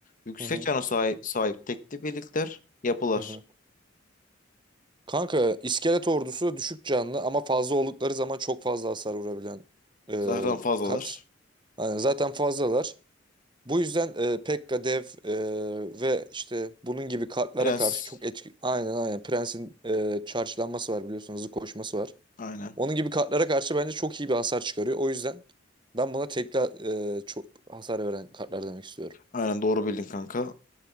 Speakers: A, on the left; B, on the right.
A: yüksek
B: Hı hı.
A: cana sahip, sahip tekli birlikler, yapılar.
B: Hı hı. Kanka iskelet ordusu düşük canlı ama fazla oldukları zaman çok fazla hasar vurabilen e,
A: zahran fazlalar.
B: kart. Yani zaten fazlalar. Bu yüzden e, Pekka, Dev e, ve işte bunun gibi kartlara
A: Prens.
B: karşı çok etki... Aynen aynen. Prens'in e, charge'lanması var biliyorsunuz. Hızlı koşması var.
A: Aynen.
B: Onun gibi kartlara karşı bence çok iyi bir hasar çıkarıyor. O yüzden ben buna tekli e, çok hasar veren kartlar demek istiyorum.
A: Aynen doğru bildin kanka.